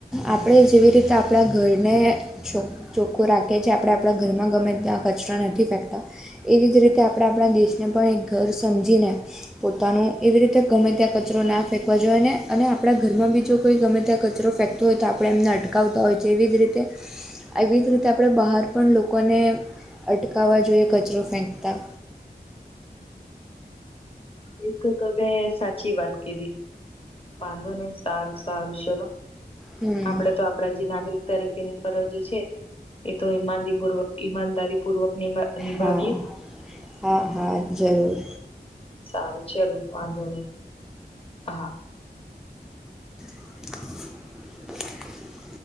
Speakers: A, in the centre; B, on the left.
A: આપણે જેવી રીતે આપણા ઘરને છ ચોખ્ખો રાખએ છીએ આપણે આપણા ઘરમાં ગમે ત્યાં કચરા નથી ફેંકતા એવી જ રીતે આપણે આપણા દેશને પણ એક ઘર સમજીને પોતાનું એવી રીતે ગમે ત્યાં કચરો ના ફેંકવા જોઈએ ને અને આપણા ઘરમાં બી જો કોઈ ગમે ત્યાં કચરો ફેંક તુ હોય તો આપણે એમને અટકાવતો હોય છે એવી જ રીતે આવી જ રીતે આપણે બહાર પણ લોકોને અટકાવવા જોઈએ કચરો ફેંકતા
B: એ તો તમે સાચી વાત કીધી વાંધો નહી સારું સારું છેલો
A: હમ
B: આપડે તો આપડા જે નાગરિક તરીકે ની ફરજ છે એ તો ઈમાનદી પૂર્વ ઈમાનદારી પૂર્વકનિમા અનિભાવીએ
A: હા હા હા જરૂર
B: સારું ચાલ વાંધો નહી હા
A: <unintelligible>